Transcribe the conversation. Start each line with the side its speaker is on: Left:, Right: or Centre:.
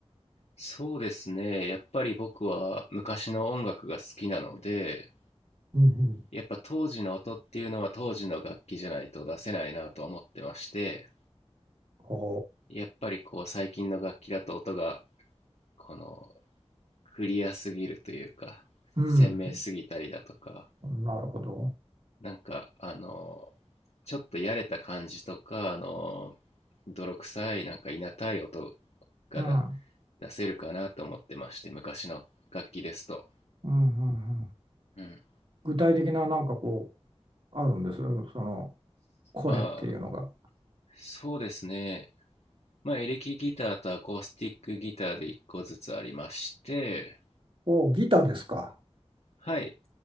Left: そうですね。やっぱり僕は昔の音楽が好きなので、
Right: うんうん。
Left: やっぱ当時の音っていうのは当時の楽器じゃないと出せないなと思ってまして、
Right: ほ
Left: やっぱりこう最近の楽器だと音がこのクリアすぎるというか、
Right: う。うん。
Left: 鮮明すぎたりだとか、
Right: なるほど。
Left: なんかあの、ちょっとやれた感じとか、あの、泥臭いなんかいなたい音がだ
Right: うん。
Left: 出せるかなと思ってまして、昔の楽器ですと。
Right: うんうんうん。
Left: うん。
Right: 具体的ななんかこう、あるんです。その、これっていうのが。
Left: ああ、そうですね。まあ、エレキギターとアコースティックギターで1個ずつありまして、
Right: おお、ギターですか。
Left: はい。